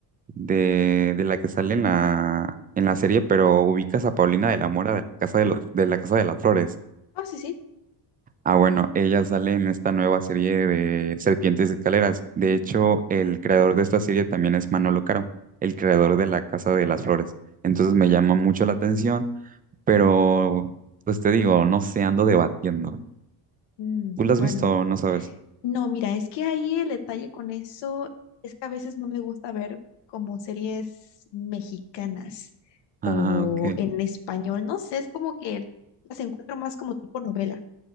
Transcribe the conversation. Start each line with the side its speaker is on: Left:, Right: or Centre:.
Right: de, de la que sale en la, en la serie, pero ubicas a Paulina de la Mora de la Casa de los, de la Casa de las Flores.
Left: Ah, sí, sí.
Right: Ah, bueno, ella sale en esta nueva serie de Serpientes y Escaleras. De hecho, el creador de esta serie también es Manolo Caro, el creador de La Casa de las Flores. Entonces me llama mucho la atención, pero pues te digo, no sé, ando debatiendo.
Left: Mm,
Right: ¿Tú la has
Left: bueno,
Right: visto? o No sabes.
Left: no, mira, es que ahí el detalle con eso es que a veces no me gusta ver como series mexicanas o
Right: Ah, ok,
Left: en español, no sé, es como que las encuentro más como tipo novela.